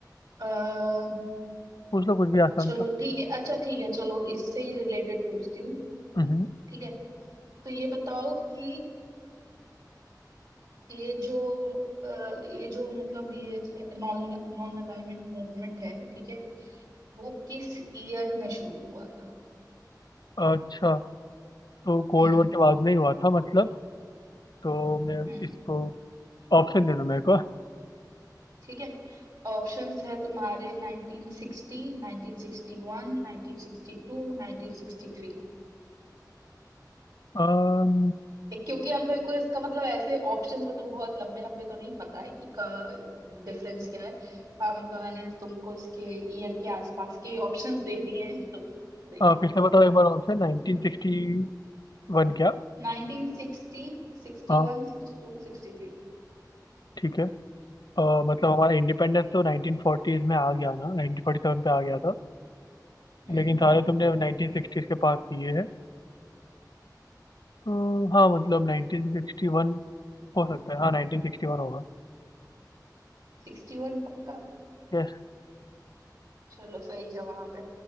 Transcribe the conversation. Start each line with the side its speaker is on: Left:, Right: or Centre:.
Right: अः
Left: पूछ लो कुछ भी आसान
Right: चलो
Left: सा
Right: ठीक है अच्छा ठीक है चलो इससे ही रिलेटेड पूछती हूँ
Left: हम्म
Right: ठीक है तो ये बताओ कि ये जो अ, ये जो मतलब ये नॉन नॉन अलाइनमेंट मूवमेंट है ठीक है वो किस ईयर में शुरू हुआ था
Left: अच्छा तो कोल्ड
Right: हम्म
Left: वॉर के बाद में ही हुआ था मतलब तो मैं
Right: हम्म।
Left: इसको ऑप्शन दे दो मेरे को
Right: ठीक है ऑप्शंस है तुम्हारे 1960 1961 1962 1963
Left: अम,
Right: एक- क्योंकि अब मेरे को इसका मतलब ऐसे ऑप्शंस मतलब बहुत लंबे लंबे तो नहीं पता है कि का डिफरेंस क्या है हाँ मतलब मैंने तुमको इसके ईयर के आसपास के ऑप्शंस दे दिए हैं तो देख
Left: अ,
Right: लो
Left: फिर से बताओ एक बार ऑप्शन 1961 क्या
Right: 1960 61
Left: हाँ
Right: 62 63
Left: ठीक है अ, मतलब हमारा इंडिपेंडेंस तो 1940s में आ गया था 1947 पे आ गया था
Right: हम्म
Left: लेकिन सारे तुमने 1960s के पास दिए हैं तो हाँ मतलब 1961 हो सकता है हाँ 1961 होगा
Right: 61 पक्का
Left: यस
Right: चलो सही जवाब है